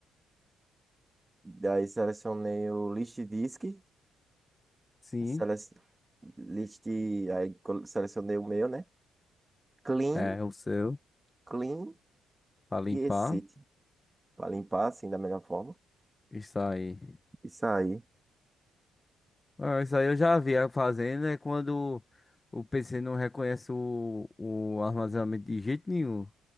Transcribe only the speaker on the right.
Daí selecionei o list disk,
sele... list, aí col- selecionei o meu, né? Clean,
clean
e exit, para limpar assim da melhor forma.
E sair.